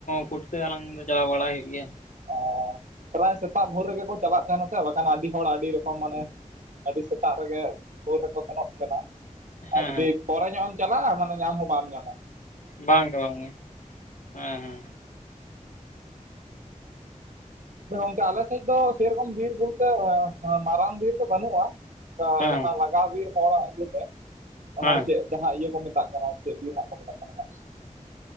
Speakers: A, on the left; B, on the right.
A: ᱯᱩᱴᱠᱟᱹ ᱦᱟᱞᱟᱝ ᱫᱚ ᱪᱟᱞᱟᱣ ᱵᱟᱲᱟᱭ ᱦᱩᱭᱩᱜ ᱜᱮᱭᱟ ᱾
B: ᱚ ᱯᱨᱟᱭ ᱥᱮᱛᱟᱜ ᱵᱷᱳᱨ ᱨᱮᱜᱮ ᱠᱚ ᱪᱟᱞᱟᱜ ᱛᱟᱦᱮᱱᱟ, ᱥᱮ ᱵᱟᱠᱷᱟᱱ ᱟᱹᱰᱤ ᱦᱚᱲ ᱟᱹᱰᱤ ᱨᱚᱠᱚᱢ ᱢᱟᱱᱮ ᱟᱹᱰᱤ ᱥᱮᱛᱟᱜ ᱨᱮᱜᱮ ᱵᱷᱳᱨ ᱨᱮᱠᱚ ᱥᱮᱱᱚᱜ ᱛᱟᱦᱮᱸᱱᱟ ᱾
A: ᱦᱮᱸ
B: ᱟᱨ ᱡᱩᱫᱤ
A: ᱦᱮᱸ
B: ᱯᱚᱨᱮ ᱧᱚᱜ ᱮᱢ ᱪᱟᱞᱟᱜᱼᱟ, ᱢᱟᱱᱮ ᱧᱟᱢ ᱦᱚᱸ ᱵᱟᱢ ᱧᱟᱢᱟ ᱾
A: ᱵᱟᱝ ᱜᱮ ᱵᱟᱝ ᱜᱮ, ᱦᱮᱸ ᱦᱮᱸ᱾
B: ᱟᱫᱚ ᱜᱚᱝᱠᱮ ᱟᱞᱮ ᱥᱮᱡ ᱫᱚ ᱥᱮᱨᱚᱠᱚᱢ ᱵᱤᱨ ᱵᱳᱨᱳ ᱛᱚ, ᱦᱮᱸ ᱢᱟᱨᱟᱝ ᱵᱤᱨ ᱫᱚ ᱵᱟᱹᱱᱩᱜᱼᱟ ᱾ ᱫᱟ
A: ᱦᱮᱸ
B: ᱡᱟᱦᱟᱸ ᱞᱟᱜᱟᱣ ᱵᱤᱨ ᱦᱚᱲᱟᱜ ᱤᱭᱟᱹᱛᱮ ᱚᱱᱟ
A: ᱦᱮᱸ
B: ᱪᱮᱫ ᱡᱟᱦᱟᱸ ᱤᱭᱟᱹ ᱠᱚ ᱢᱮᱛᱟᱜ ᱠᱟᱱᱟ, ᱪᱮᱫ ᱵᱤᱨ ᱦᱟᱸᱜ ᱠᱚ ᱢᱮᱛᱟᱜ ᱠᱟᱱᱟ ᱦᱟᱸᱜ,